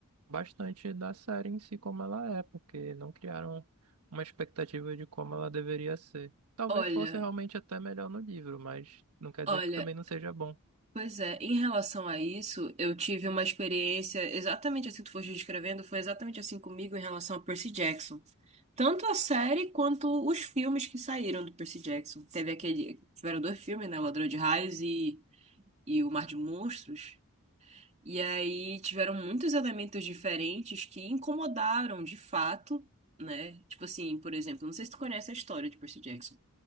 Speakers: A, on the right (about 85°); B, on the right (about 30°).
A: bastante da série em si como ela é, porque não criaram uma expectativa de como ela deveria ser. Talvez
B: Olha,
A: fosse realmente até melhor no livro, mas não quer
B: olha,
A: dizer que também não seja bom.
B: pois é, em relação a isso, eu tive uma experiência exatamente assim que tu foste descrevendo, foi exatamente assim comigo em relação a Percy Jackson. Tanto a série quanto os filmes que saíram do Percy Jackson. Teve aquele, tiveram dois filmes, né, Ladrão de Raios e, e O Mar de Monstros. E aí tiveram muitos elementos diferentes que incomodaram de fato, né? Tipo assim, por exemplo, não sei se tu conhece a história de Percy Jackson.